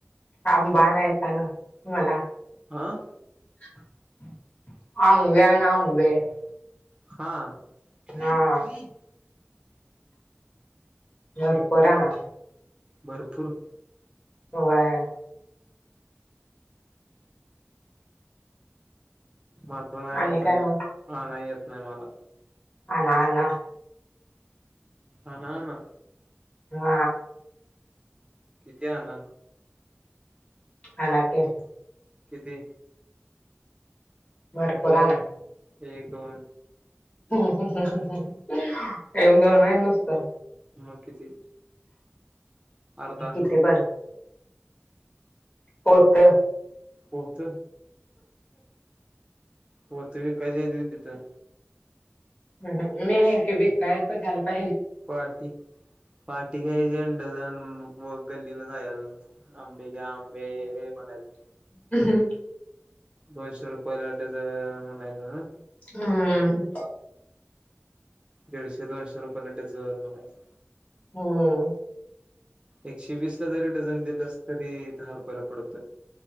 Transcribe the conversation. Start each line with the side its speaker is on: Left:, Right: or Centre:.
Left: आंबा आणायचा ना मला.
Right: अह
Left: <unintelligible>
Right: हा. किती?
Left: हा भरपूर आणा.
Right: भरपूर
Left: होय.
Right: भरपूर नाही
Left: आणि काय मग
Right: <unintelligible> आणय येत नाही मला
Left: आणा आणा.
Right: आणा आणा.
Left: हा.
Right: किती आणा?
Left: आणा की.
Right: किती?
Left: भरपूर
Right: दोन
Left: आणा
Right: एक दोन
Left: <unintelligible> एवढ नाय नुसत
Right: मग किती? अर्धा
Left: किती पण.. कोण ते?
Right: होत हो ती काय झालं तीथं.
Left: हृहृ.. मी आहे क बिकायलता
Right: पार्टी,. पार्टी घ्यायची डझन अ.. व गल्लीन जायचं आंबे घ्या आंबे असं मनायचं.
Left: ह.
Right: दोनशे रुपयाला डझन म्हणायचं ना.
Left: हम.
Right: दीडशे दोनशे रुपयेलाट डझन मनायच.
Left: हम्म
Right: एकशे वीस ला जरी डझन दिलस तरी दहा रुपयाला पडत.